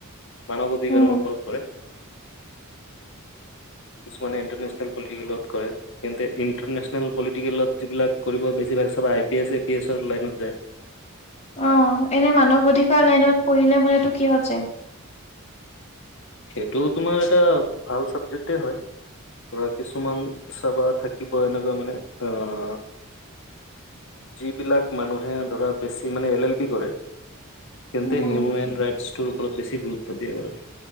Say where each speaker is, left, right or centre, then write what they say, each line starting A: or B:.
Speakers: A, on the left; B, on the left.
A: মানৱ অধিকাৰৰ
B: উম
A: ওপৰত কৰে। কিছুমানে ইণ্টাৰনেশ্যনেল পলিটিকেলত কৰে, তেন্তে ইণ্টাৰনেশ্যনেল পলিটিকেলত যিবিলাক কৰিব বেছিভাগ চাবা I P S, A P এছৰ লাইনত যায়।
B: অ', এনে মানৱ অধিকাৰ লাইনত পঢ়িলে মানেটো কিহত যায়?
A: সেইটো তোমাৰ এটা ভাল চাবজেক্টেই হয়। ধৰা কিছুমান চাবা থাকিব এনেকুৱা মানে অ', যিবিলাক মানুহে ধৰা বেছি মানে এল এল বি কৰে তেন্তে
B: উম
A: হিউমেন ৰাইটছ টোৰ ওপৰত বেছি গুৰুত্ব দিয়ে বাৰু।